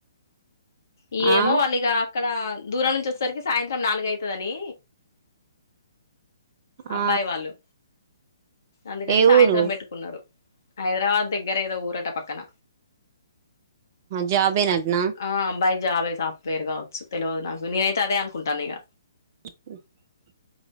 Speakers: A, on the left; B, on the right.
A: ఇయ్యేమొ
B: ఆ
A: వాళ్ళు ఇగ అక్కడ దూరం నుంచి వచ్చేసరికి సాయంత్రం నాలుగైతదని
B: ఆ
A: అబ్బాయి వాళ్ళు అందుకని
B: ఏ
A: సాయంత్రం
B: ఊరు
A: పెట్టుకున్నారు హైదరాబాద్ దగ్గర ఏదో ఊరట పక్కన
B: జాబే నట్నా
A: ఆ అబ్బాయి జాబ్ సాఫ్ట్వేర్ కావచ్చు తెలియదు నాకు నేనైతే అదే అనుకుంటాన ఇగ
B: స